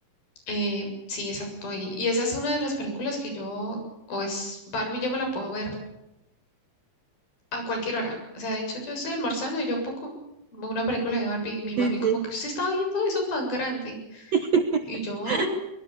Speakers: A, on the left; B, on the right.
A: Eh, sí, exacto. Y, y esa es una de las películas que yo, o es Barbie, yo me la puedo ver a cualquier hora. O sea, de hecho, yo estoy almorzando y yo pongo una película de Barbie y mi mami
B: sí,
A: como
B: sí.
A: que usted está viendo eso tan grande.
B: <laughs>
A: Y yo, "Ah,